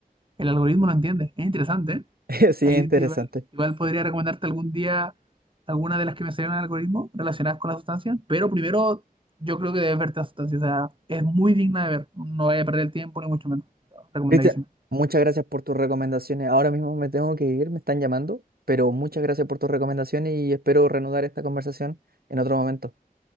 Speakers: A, on the right; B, on the right.
A: el algoritmo lo entiende. Es interesante, ¿eh?
B: <laughs> Sí,
A: Ahí
B: interesante.
A: te igual, igual podría recomendarte algún día alguna de las que me salieron en el algoritmo relacionadas con la sustancia, pero primero yo creo que debes verte la sustancia. O sea, es muy digna de ver. No vaya a perder el tiempo, ni mucho menos. Recomendadísima.
B: Cristian, muchas gracias por tus recomendaciones. Ahora mismo me tengo que ir, me están llamando, pero muchas gracias por tus recomendaciones y espero reanudar esta conversación en otro momento.